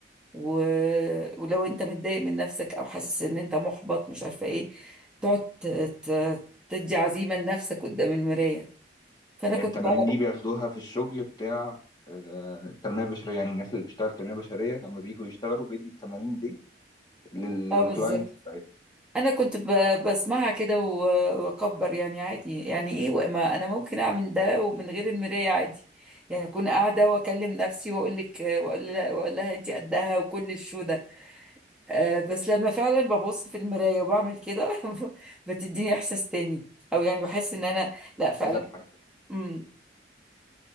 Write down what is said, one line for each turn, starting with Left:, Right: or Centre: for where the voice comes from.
Centre: و... ولو انت متضايق من نفسك او حاسس ان انت محبط مش عارفة ايه تقعد ت... ت... تدي عزيمة لنفسك قدام المراية فانا
Left: هي
Centre: كنت
Left: التمارين
Centre: بقى
Left: دي بياخدوها في الشغل بتاع آه، التنمية البشرية يعني الناس اللي بتشتغل تنمية بشرية لما بييجوا يشتغلوا بيدي التمارين دي لل- للكلاينتس
Centre: اه بالظبط
Left: بتاعتهم
Centre: انا كنت ب... بسمعها كده و... واكبر يعني عادي يعني ايه و- ما انا ممكن اعمل ده ومن غير المرايه عادي يعني اكون قاعده واكلم نفسي واقول لك واقول لها واقول لها انت قدها وكل الشو ده آه، بس لما فعلا ببص في المرايه وبعمل كده <laughs> بتديني احساس تاني او يعني بحس ان انا لا فعلا
Left: عايز أضحك
Centre: امم